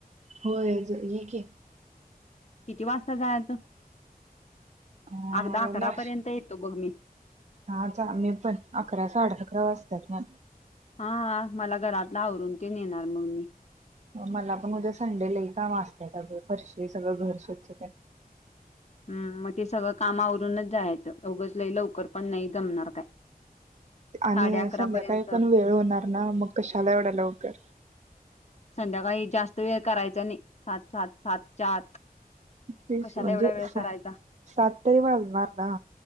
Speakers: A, on the right; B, on the left.
A: होय <unintelligible> की
B: किती वाजता जायच
A: अं,
B: आगदा अकरा
A: नाश-
B: पर्यंत येतो बघ मी
A: हा जा मी पण अकरा साडे अकरा वाजता <unintelligible>
B: हा हा मला घरातला आवरून ते नेणार मग मी
A: मला पण उद्या संडेलाही काम असतय अग फरशी सगळं घर स्वच्छ
B: हम् मग ते सगळं काम आवरूनच जायचं उगच लै लवकर पण नाही जमणार <unintelligible>
A: आणि
B: साडे अकरा
A: संध्याकाळी
B: पर्यंत
A: पण वेळ होणार ना मग कशाला एवढ्या लवकर
B: संध्याकाळी जास्त वेळ करायचा नाही सात सात सातच्या आत
A: <unintelligible>
B: कशाला
A: म्हणजे
B: एवढा वेळ
A: सात
B: करायचा
A: तरी वाजणार ना